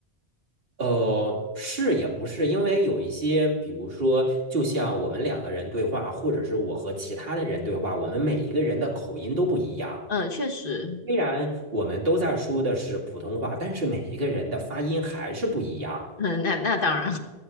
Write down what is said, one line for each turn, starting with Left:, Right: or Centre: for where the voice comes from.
Right: 呃，是也不是，因为有一些，比如说，就像我们两个人对话，或者是我和其他的人对话，我们每一个人的口音都不一样。
Left: 嗯，确实，
Right: 虽然我们都在说的是普通话，但是每一个人的发音还是不一样。
Left: 嗯，那那当然，